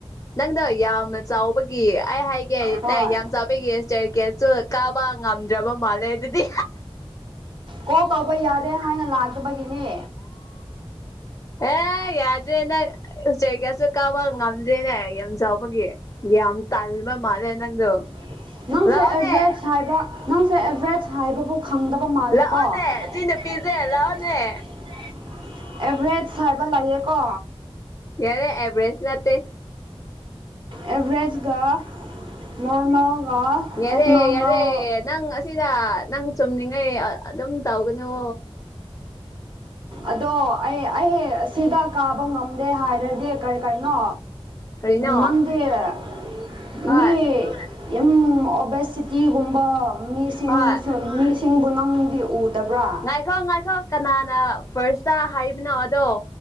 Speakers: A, on the left; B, on the right.
A: ꯅꯪꯗꯣ ꯌꯥꯝꯅ ꯆꯥꯎꯕꯒꯤ ꯑꯩ ꯍꯥꯏꯒꯦ
B: ꯍꯣꯏ
A: ꯅꯦ ꯌꯥꯝ ꯆꯥꯎꯕꯒꯤ ꯆꯦꯔꯀꯦꯁꯨ ꯀꯥꯕ ꯉꯝꯗ꯭ꯔꯕ ꯃꯥꯜꯂꯦ ꯑꯗꯨꯗꯤ
B: ꯀꯣꯜ ꯇꯧꯕ ꯌꯥꯗꯦ ꯍꯥꯏꯅ ꯂꯥꯛꯇꯕꯒꯤꯅꯦ
A: ꯑꯦ ꯌꯥꯗ꯭ꯔꯦ ꯅꯪ ꯎꯆꯦꯛꯀꯁꯨ ꯀꯥꯕ ꯉꯝꯗ꯭ꯔꯦꯅꯦ ꯌꯥꯝ ꯆꯥꯎꯕꯒꯤ ꯌꯥꯝ ꯇꯥꯜꯕ ꯃꯥꯜꯂꯦ ꯅꯪꯗꯣ
B: <unintelligible> ꯅꯪꯁꯦ
A: ꯂꯥꯛꯑꯣꯅꯦ
B: ꯑꯦꯚꯔꯦꯖ ꯍꯥꯏꯕ ꯅꯪꯁꯦ ꯑꯦꯚꯔꯦꯖ ꯍꯥꯏꯕꯕꯨ ꯈꯪꯗꯕ ꯃꯥꯜꯂꯦ
A: ꯂꯥꯛꯑꯣꯅꯦ
B: ꯀꯣ <unintelligible>
A: ꯁꯤ ꯅꯨꯄꯤꯁꯦ ꯂꯥꯛꯑꯣꯅꯦ
B: ꯑꯦꯚꯔꯦꯖ ꯍꯥꯏꯕ ꯂꯩꯌꯦꯀꯣ
A: ꯌꯥꯔꯦ ꯑꯦꯕꯔꯦꯁ ꯅꯠꯇꯦ
B: ꯑꯦꯚꯔꯦꯖꯒ ꯅꯣꯔꯃꯦꯜꯒ ꯑꯦꯕꯅꯣꯔꯃꯦꯜ
A: ꯌꯥꯔꯦ ꯌꯥꯔꯦ ꯅꯪ ꯑꯁꯤꯗ ꯅꯪ ꯆꯨꯝꯅꯤꯡꯉꯩ ꯑꯗꯨꯝ ꯇꯧꯒꯅꯨ
B: ꯑꯗꯣ ꯑꯩ ꯑꯩ ꯁꯤꯗ ꯀꯥꯕ ꯉꯝꯗꯦ ꯍꯥꯏꯔꯗꯤ ꯀꯔꯤ ꯀꯩꯅꯣ
A: ꯀꯔꯤꯅꯣ
B: ꯅꯪꯗ
A: ꯍꯣꯏ
B: ꯃꯤ ꯌꯥꯝ ꯑꯣꯕꯦꯁꯤ ꯇꯤꯒꯨꯝꯕ ꯃꯤꯁꯤꯡꯁꯨ
A: ꯍꯣꯏ
B: ꯃꯤꯁꯤꯡꯕꯨ ꯅꯪꯗꯤ ꯎꯗꯕ꯭ꯔꯥ
A: ꯉꯥꯏꯈꯣ ꯉꯥꯏꯈ ꯀꯅꯥꯅ ꯐꯥꯔꯁꯇ ꯍꯥꯏꯕꯅꯣ ꯑꯗꯣ